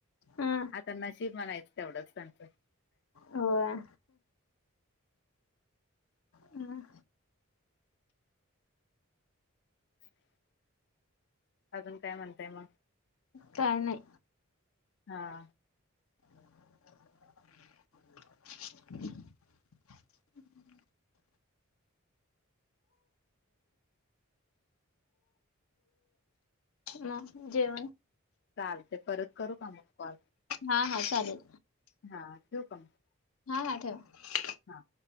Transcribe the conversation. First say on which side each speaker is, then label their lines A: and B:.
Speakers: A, on the left (about 85°); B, on the left (about 50°).
A: हा
B: आता नशीब म्हणायचं तेवढंच त्याचं आता.
A: होय. म
B: <inaudible> अजून काय म्हणताय मग?
A: काय नाही.
B: हा!
A: <inaudible> <unintelligible> मग जेवण
B: चालतंय परत करू का मग कॉल?
A: हा हा चालेल.
B: हा ठेवू का मग?
A: हा हा ठेवा.
B: हां!